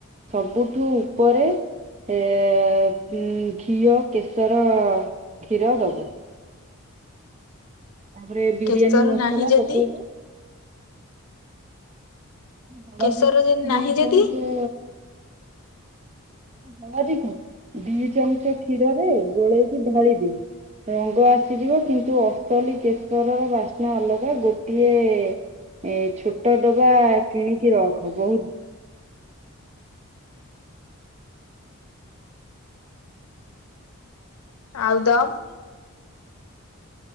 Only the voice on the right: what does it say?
ସବୁଠୁ ଉପରେ ଏ ଉଁ ଘିଅ କେଶର କ୍ଷୀର ଦବୁ। ତାପରେ ବିରିୟାନୀ
ମସଲା
ପକେଇକି। ହଳଦୀ
କୁ
ଦୁଇ
ଚାମଚ ହଳଦୀ କୁ ଦି ଚାମଚ କ୍ଷୀରରେ ଗୋଳେଇକି ଢାଳି ଦେ ରଙ୍ଗ ଆସିଯିବ। କିନ୍ତୁ ଅସଲି କେଶରର ବାସ୍ନା ଅଲଗା। ଗୋଟିଏ ଛୋଟ ଡବା କିଣିକି ରଖ ବହୁତ